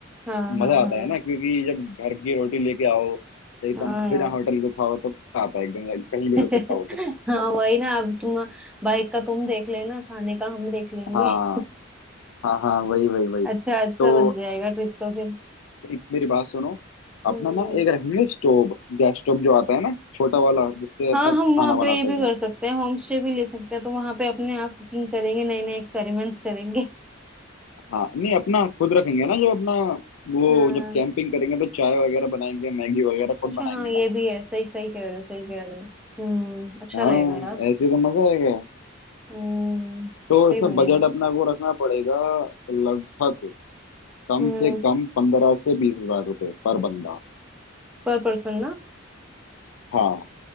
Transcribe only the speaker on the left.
मजा
आता है ना क्योंकि जब घर की रोटी लेके आओ एकदम
बिना होटल के खाओ तो मजा आता है एकदम कहीं भी
रुक के खाओ तो
हाँ
हाँ हाँ वही वही वही
तो
एक मेरी बात सुनो
अपना ना एक रखेंगे स्टोव गैस स्टोव जो आता है ना छोटा वाला जिससे
अपना
खाना
बना
सकें
हाँ नहीं अपना खुद रखेंगे ना जब अपना वो
जब कैंपिंग करेंगे तो चाय वगैरह बनाएंगे मैगी वगैरह खुद
बनाएंगे
ना
हाँ
ऐसे तो मजा आएगा
तो
इसमें
बजट अपना को रखना पड़ेगा लगभग कम
से कम पंद्रह से बीस हजार रुपये पर बंदा
हाँ